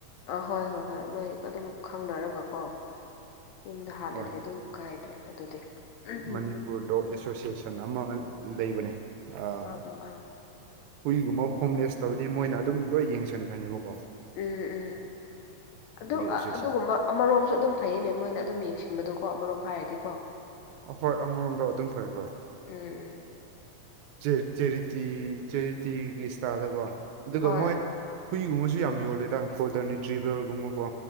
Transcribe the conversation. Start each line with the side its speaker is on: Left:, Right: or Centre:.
Left: ꯑꯥ ꯍꯣꯏ ꯍꯣꯏ ꯍꯣꯏ ꯃꯣꯏ ꯑꯗꯨꯝ ꯈꯪꯅꯔꯒ ꯀꯣ ꯌꯨꯝꯗ ꯍꯥꯠꯂꯗꯤ
Right: ꯍꯣꯏ
Left: ꯑꯗꯨꯝ ꯀꯥꯏꯗ꯭ꯔꯦ ꯑꯗꯨꯗꯤ ꯎꯝ
Right: ꯃꯅꯤꯄꯨꯔ ꯗꯣꯛ ꯑꯦꯁꯣꯁꯤꯌꯦꯁꯟ ꯑꯃ ꯂꯩꯕꯅꯦ ꯑꯥ
Left: ꯎꯝ ꯑꯥ
Right: ꯍꯨꯏꯒꯨꯝꯕ ꯍꯣꯝꯂꯦꯁ ꯇꯧꯔꯗꯤ ꯃꯣꯏꯅ ꯑꯗꯨꯝ ꯂꯣꯏ ꯌꯦꯡꯁꯤꯟꯈ꯭ꯔꯅꯦꯕꯀꯣ
Left: ꯎꯝ ꯎꯝ ꯑꯗꯨ
Right: ꯑꯦꯁꯣꯁꯤꯌꯦꯁꯟ
Left: ꯑꯗꯨꯒꯨꯝꯕ ꯑꯃꯔꯣꯝꯁꯨ ꯑꯗꯨꯝ ꯐꯩꯌꯦꯅꯦ ꯃꯣꯏꯅ ꯑꯗꯨꯝ ꯌꯦꯡꯁꯤꯟꯕꯗꯨꯀꯣ ꯑꯃꯔꯣꯝ ꯍꯥꯏꯔꯗꯤ
Right: ꯑ ꯍꯣꯏ ꯑꯃꯃꯝꯗꯣ ꯑꯗꯨꯝ ꯐꯩ ꯍꯣꯏ
Left: ꯎꯝ
Right: ꯆꯦ ꯆꯦꯔꯤꯇꯤ ꯆꯦꯔꯤꯇꯤꯒꯤ ꯏꯁꯇꯥꯏꯜꯗꯀꯣ ꯑꯗꯨꯒ
Left: ꯍꯣꯏ
Right: ꯃꯣꯏ ꯍꯨꯏꯒꯨꯝꯕꯁꯨ ꯌꯥꯝ ꯌꯣꯜꯂꯦꯗ ꯀꯣꯜꯗꯔꯅꯤꯇ꯭ꯔꯤꯚꯔꯒꯨꯝꯕꯀꯣ